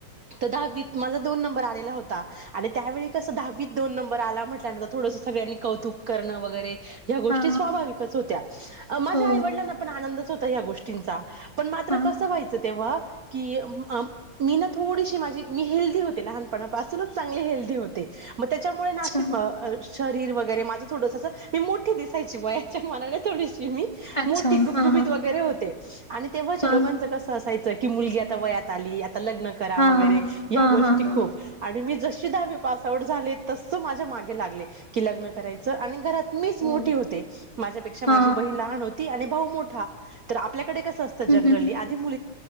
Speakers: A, on the right; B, on the left.
A: त दहावीत माझा दोन नंबर आलेला होता आणि त्यावेळी कसं दहावीत दोन नंबर आला म्हटल्यानंतर थोडसं सगळ्यांनी कौतुक करण वगैरे ह्या गोष्टी
B: हा
A: स्वाभाविकच होत्या, अ माझ्या
B: हो
A: आईवडलांना पण आनंदच हो त या गोष्टींचा पण मात्र
B: हा
A: कसं व्हायचं तेव्हा की अ अम मी ना थोडीशी माझी मी हेल्दी होते, लहानपणापासूनच चांगले हेल्दी होते. म त्याच्यामुळे ना
B: अच्छा
A: अशी अ अ शरीर वगै गेरे माझं थोडस अस, मी मोठी दिसायची वयाच्या मानाने थोडीशि ती मी
B: अच्छा
A: मोठी गुपगुपीत
B: हा
A: वगैरे होते आणि तेव्हाच्या
B: हा
A: लोकांचं
B: हा
A: कसं असाय च की मुलगी आता वयात आली, आता लग्न करा
B: हा
A: वगैरे ह्या
B: हा
A: गोष्टी
B: हा हा
A: खूप आणि मी जश ती दहावी पास आउट झाले, तस माझ्या माग लागले की लग्न करायचं आणि घरात मीच
B: हो
A: मोठी होते, माझ्यापेक्षा माझी
B: हा
A: बहीण लहान होती आणि भाऊ मोठा, तर आपल्याकडे क <unintelligible> असत
B: हम्
A: जनरली आधी मु